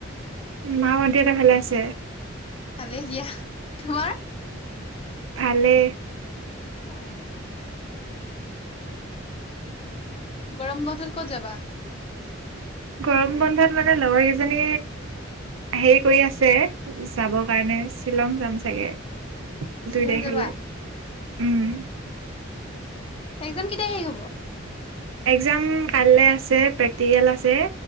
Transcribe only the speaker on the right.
মা ভন্টিহাতে ভালে আছে।
ভালে।
গৰম বন্ধত মানে লগৰ কেইজনী, হেৰি কৰি আছে, যাবৰ কাৰণে। এ শ্বিলং যাম চাগে।
দুই তাৰিখলে,
উম'।
এক্জাম কাইলে আছে, প্ৰেক্টিকেল আছে,